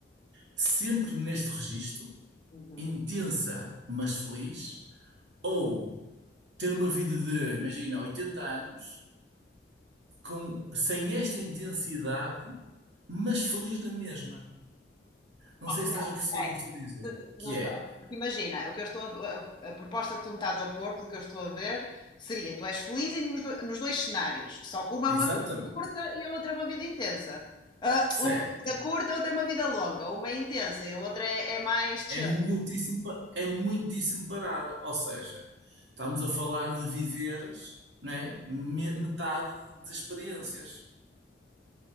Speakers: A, on the right (about 70°); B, on the left (about 25°).
A: sempre neste registro,
B: Uhum.
A: intensa, mas feliz, ou ter uma vida de, imagina, 80 anos, com, sem esta intensidade, mas feliz na mesma. Não
B: Oh,
A: sei
B: não,
A: se estás a perceber
B: é,
A: o que eu estou a dizer.
B: não
A: Que
B: sei.
A: é,
B: Porque imagina, o que eu estou a, a- a proposta que tu me estás a pôr, pelo que eu estou a ver, seria: tu és feliz em, nos, do- nos dois cenários, só que uma
A: exatamente,
B: é uma vida curta e a outra é uma vida intensa. Ah,
A: certo.
B: uma vida curta, a outra é uma vida longa. Uma é intensa e a outra é, é mais chill.
A: É muitíssimo, pa- é muitíssimo parada. Ou seja, estamos a falar de viveres, né, me- metade de experiências.